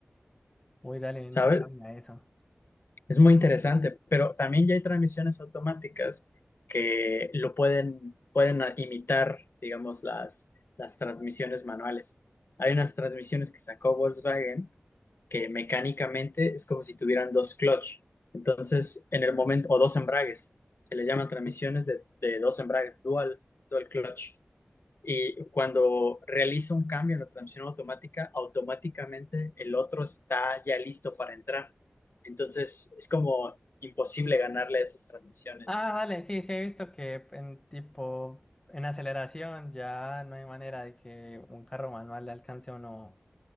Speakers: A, on the left; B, on the left.
A: Uy, dale,
B: ¿sabes?
A: no sabía eso.
B: Es muy interesante, pero también ya hay transmisiones automáticas que lo pueden, pueden a- imitar, digamos, las, las transmisiones manuales. Hay unas transmisiones que sacó Volkswagen que mecánicamente es como si tuvieran dos clutch. Entonces, en el momento, o dos embragues, se les llaman transmisiones de, de dos embragues, dual, dual clutch. Y cuando realizo un cambio en la transmisión automática, automáticamente el otro está ya listo para entrar. Entonces es como imposible ganarle a esas transmisiones.
A: Ah, vale, sí, sí he visto que en tipo, en aceleración ya no hay manera de que un carro manual le alcance a uno